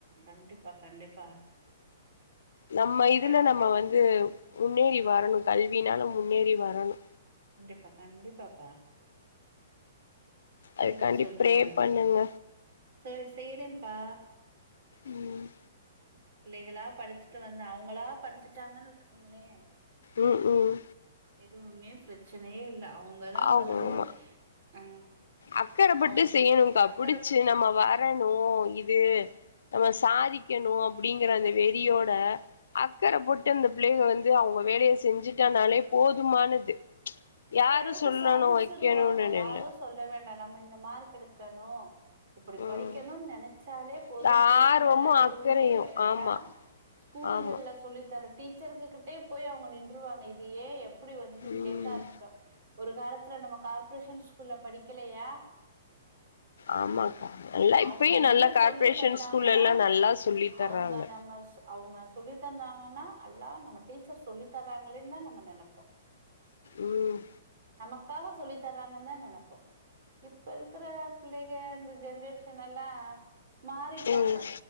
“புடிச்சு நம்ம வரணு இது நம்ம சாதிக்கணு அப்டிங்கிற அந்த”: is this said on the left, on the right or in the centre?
Left